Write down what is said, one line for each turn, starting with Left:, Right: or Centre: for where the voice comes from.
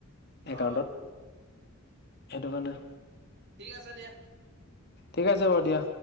Right: অ
Left: একাউণ্টত সেইটো কাৰণে
Right: ঠিক আছে দিয়া।
Left: ঠিক আছে বাৰু দিয়া।